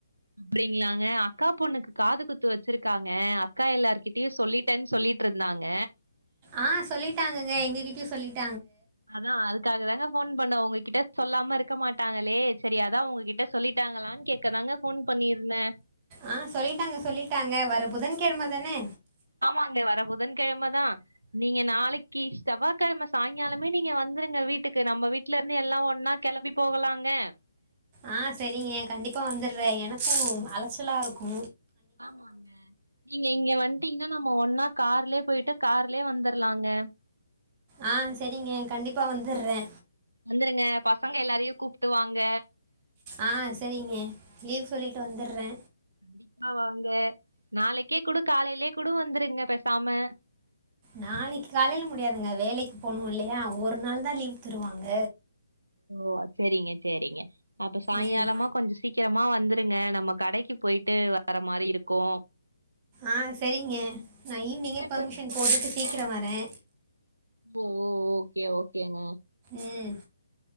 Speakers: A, on the right; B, on the right.
A: அப்டிங்களாங்க அக்கா பொண்ணுக்கு காது குத்து வச் வச்சிருக்காங்க அக்கா எல்லார்கிட்டயு சொல்லிட்டேன் சொல்லிட்டுருந்தாங்க
B: ஆஹ் சொல்லிட்டாங்கங்க எங்ககிட்டயு சொல்லிட்
A: அதான் அதுக்காக தாங்க போன் பண்ண உங்ககிட்ட சொல்லாம இருக்க மாட்டாங்களே செரி அதா உங்ககிட்ட சொல்லிட்டாங்களான் கேக்கதாங்க போன் பண்ணிருந்தே
B: ஆஹ் சொல்லிட்டாங்க சொல்லிட்டாங்க வர புதன்கிழமை தானே
A: ஆமாங்க வர புதன்கிழமதான் நீங்க நாளைக்ககி செவ்வகிழம சாய்ங்காலமே நீங்க வந்துருங்க வீட்டுக்கு நம்ம வீட்டு்லருந்தே எல்லா ஒன்னா கிளம்பி போகலாங்க
B: ஆஹ் செரிங்க கண்டிப்பா வந்துடுற்றே எனக்கு அலைச்சலா இருக்கு
A: ஆமாங்க நீங்க இங்க வந்துட்டீங்கன்னா நம்ம ஒன்னா கார்லே போயிட்டு கார்லேவந்துர்லாங்க
B: ஆஹ் செரிங்க கண்டிப்பா வந்துற்றே
A: வந்துருங்க பசங்க எல்லாரையு கூப்ட்டுவாங்க
B: ஆ சரிங்க லீவ் சொல்லிட்டு வந்துற்றே
A: கண்டிப்பா வாங்க நாளைக்கே கூட காலையிலயே கூட வந்துருங்க பேசாம
B: நாளைக்கு காலையில முடியாதுங்க வேலைக் போனும் இல்லையா ஒரு நாள் தா லீவ் தருவாங்க
A: ஓ செரிங்க செரிங்க அப்ப சாய்ங்காலமா
B: ம்
A: கொஞ்ச சீக்கிரமா வந் இருங்க நம்ம கடைக்கி போயிட்டு வர மாரி இருக்கோ
B: ஆஹ் செரிங்க நா ஈவி்னிங்கே
A: என்ன
B: பர்மிஷன்
A: ட்ரெஸ் போட
B: போட்டுட்டு
A: போறீங்க
B: சீக்கிர வரே
A: ஓ ஓ ஓகே ஓகேங்க
B: ம்